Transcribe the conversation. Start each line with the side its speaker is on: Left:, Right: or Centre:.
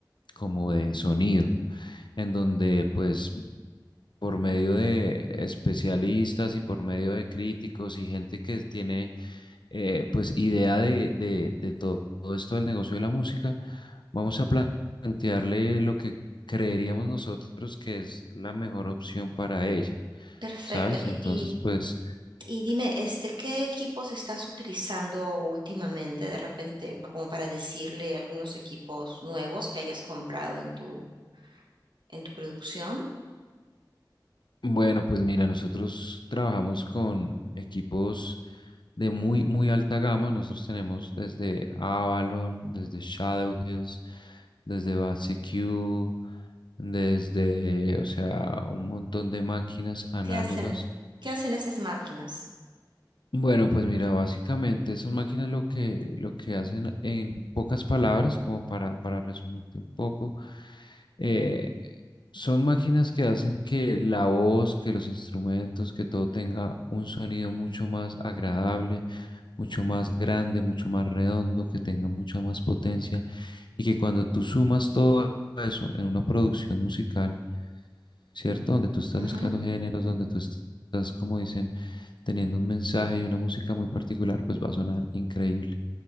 Left: como de sonido, en donde pues por medio de especialistas y por medio de críticos y gente que tiene eh, pues idea de, de, de todo esto del negocio de la música, vamos a pla- plantearle lo que creeríamos nosotros que es la mejor opción para ella,
Right: Perfecto.
Left: ¿sabes?
Right: Y,
Left: Entonces,
Right: y-
Left: pues,
Right: y dime, este, ¿qué equipos estás utilizando últimamente de repente, pa- como para decirle algunos equipos nuevos que hayas comprado en tu, en tu producción?
Left: bueno, pues mira, nosotros trabajamos con equipos de muy, muy alta gama. Nosotros tenemos desde Avalon, desde Shadow Hills, desde BASIQ, desde, o sea, un montón de máquinas análogas
Right: ¿Qué hacen? ¿Qué hacen esas máquinas?
Left: Bueno, pues mira, básicamente esas máquinas lo que, lo que hacen en pocas palabras, como para, para resumirte un poco, eh, son máquinas que hacen que la voz, que los instrumentos, que todo tenga un sonido mucho más agradable, mucho más grande, mucho más redondo, que tenga mucha más potencia y que cuando tú sumas todo eso en una producción musical, ¿cierto? Donde tú estás
Right: Ujú.
Left: mezclando géneros, donde tú estás, como dicen teniendo un mensaje y una música muy particular, pues va a sonar increíble.